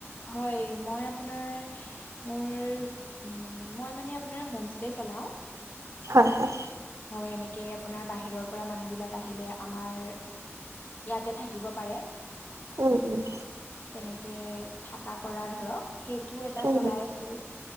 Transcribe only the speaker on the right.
হয় হয়।
উম উম
উম